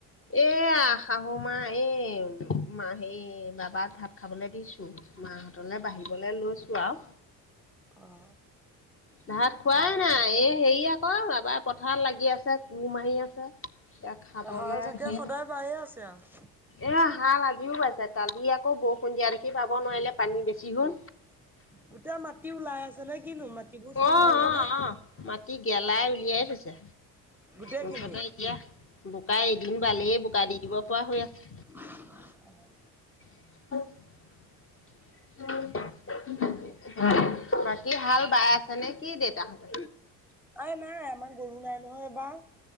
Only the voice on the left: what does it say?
এয়া শাহু মা এই মা সেই বাবাক ভাত খাবলৈ দিছোঁ মা আমালে বাঢ়িবলৈ লৈছোঁ আৰু।
ভাত খোৱাই নাই এই হেৰি আকৌ এবাৰ পথাৰত লাগি আছে কুৰ মাৰ মাৰি আছে, এয়া খাবলৈ
আহ
এয়া হাল আজিও বাইছে, কালি আকৌ বহু সন্ধিয়া দেখি বাব নোৱাৰিলে পানী বেছি হ'ল।
অ',
অ'-অ'
মাটি গেলাই উলিয়াই থৈছে।
মুঠতে এতিয়া বোকাই এদিন বালিয়ে বোকা দি দিব পৰা হৈ আছে।
<unintelligible> <unintelligible> কি হাল বাই আছে নে কি দেতাহঁতে?